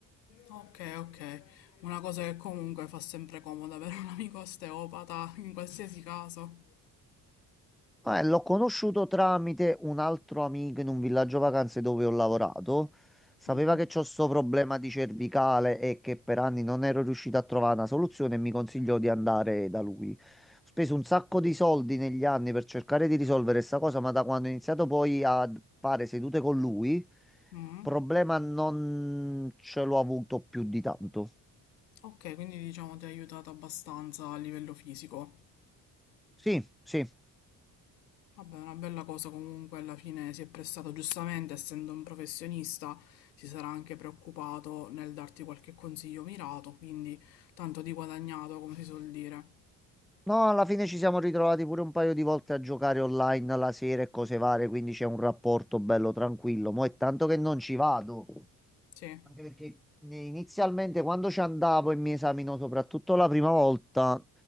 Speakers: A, on the left (about 75°); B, in the centre.
A: Ok, ok. Una cosa che comunque fa sempre comodo avere un amico osteopata in qualsiasi caso.
B: Eh, l'ho conosciuto tramite un altro amico in un villaggio vacanze dove ho lavorato. Sapeva
A: Mhm.
B: che c'ho sto problema di cervicale e che per anni non ero riuscito a trovare una soluzione e mi consigliò di andare da lui. Ho speso un sacco di soldi negli anni per cercare di risolvere questa cosa, ma da quando ho iniziato poi a fare sedute con lui,
A: Mhm.
B: problema non ce l'ho avuto più di tanto.
A: Ok, quindi diciamo ti ha aiutato abbastanza a livello fisico.
B: Sì, sì.
A: Vabbè, è una bella cosa comunque, alla fine si è prestato giustamente, essendo un professionista, si sarà anche preoccupato nel darti qualche consiglio mirato, quindi tanto di guadagnato, come si suol dire.
B: No, alla fine ci siamo ritrovati pure un paio di volte a giocare online la sera e cose varie, quindi c'è un rapporto bello tranquillo. Mo' è tanto che non ci vado,
A: Sì.
B: anche perché ne- inizialmente quando ci andavo e mi esaminò soprattutto la prima volta,